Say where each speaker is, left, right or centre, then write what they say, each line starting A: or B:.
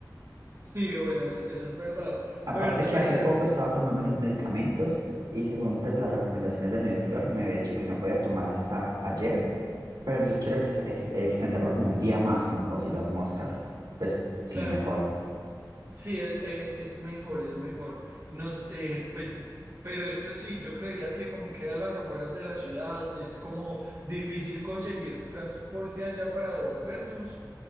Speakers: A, on the right; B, on the right.
A: Sí, bueno, eso es verdad.
B: Aparte
A: Pero entonces
B: que
A: la
B: hace
A: idea
B: poco
A: es,
B: estaba tomando unos medicamentos y según pues las recomendaciones de mi doctor me había dicho que no podía tomar hasta ayer, pero entonces quiero ex- ex- extenderlo como un día más, como por si las moscas. Pues sí,
A: claro,
B: mejor.
A: sí, Sí, e- e- es, mejor, es mejor. Nos, eh, pues, pero esto sí, yo creería que como queda a las afueras de la ciudad, es como difícil conseguir transporte allá para devolvernos.